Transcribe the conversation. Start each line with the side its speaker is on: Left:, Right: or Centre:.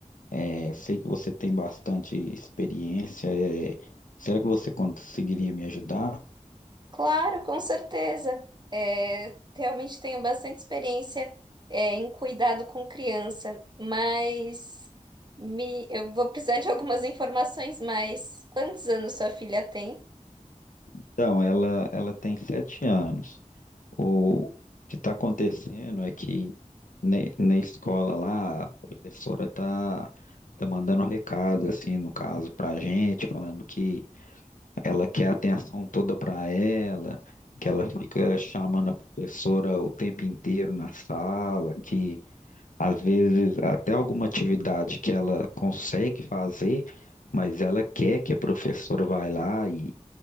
Left: É, sei que você tem bastante experiência. é, será que você conseguiria me ajudar?
Right: Claro, com certeza. É, realmente tenho bastante experiência, é, em cuidado com criança, mas me, eu vou precisar de algumas informações mais. Quantos anos sua filha tem?
Left: Então, ela, ela tem sete anos. O que está acontecendo é que na, na escola lá, a professora tá, tá mandando recado, assim, no caso, para a gente, falando que Ela quer a atenção toda para ela, que ela fica chamando a professora o tempo inteiro na sala, que às vezes até alguma atividade que ela consegue fazer, mas ela quer que a professora vai lá e